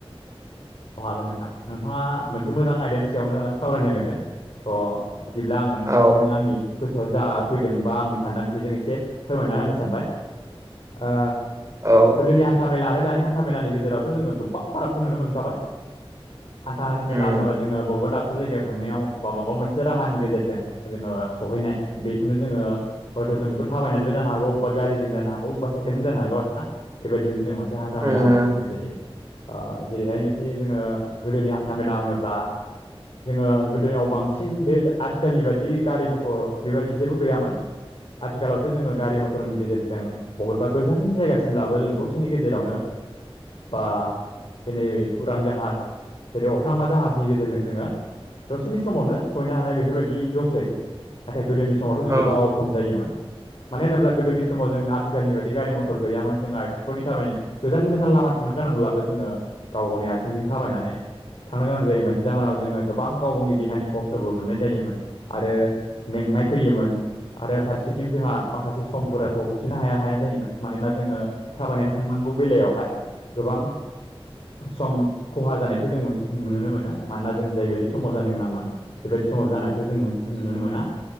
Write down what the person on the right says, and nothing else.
औ
औ
उम
उम
औ